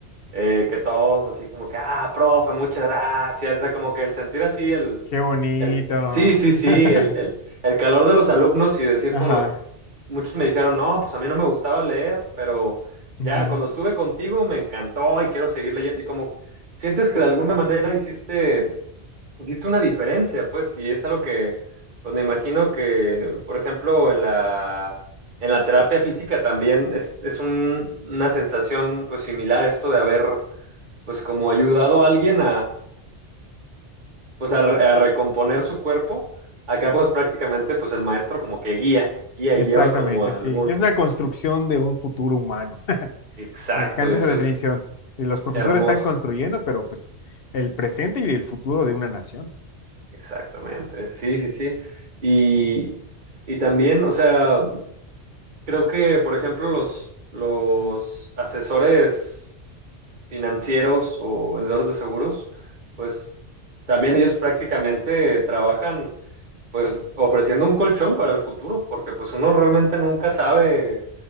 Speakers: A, on the right; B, on the left.
A: eh, que todos así como que, ah, profe, muchas gracias. O sea, como que el sentir así el,
B: Qué bonito.
A: el, sí, sí,
B: <laughs>
A: sí, el, el, el calor de los alumnos y decir
B: Ajá,
A: como muchos me dijeron, no, pues a mí no me gustaba leer, pero
B: ujú,
A: ya cuando estuve contigo me encantó y quiero seguir leyendo y como sientes que de alguna manera hiciste, hiciste una diferencia, pues, y es algo que, pues me imagino que, por ejemplo, en la, en la terapia física también es, es un- una sensación pues similar esto de haber pues como ayudado a alguien pues a, re- a recomponer su cuerpo. Acá pues prácticamente pues el maestro como que guía, guía
B: Exactamente,
A: y lleva como a
B: sí.
A: algún
B: Es una construcción de un futuro humano. <laughs>
A: exacto,
B: Me encanta
A: y eso
B: esa definición.
A: es
B: Y Los profesores
A: hermoso,
B: están construyendo, pero pues el presente y el futuro de una nación.
A: exactamente, sí, sí, sí. Y, y también, o sea, creo que por ejemplo los, los asesores financieros o vendedores de seguros, pues también ellos prácticamente trabajan pues ofreciendo un colchón para el futuro, porque pues uno realmente nunca sabe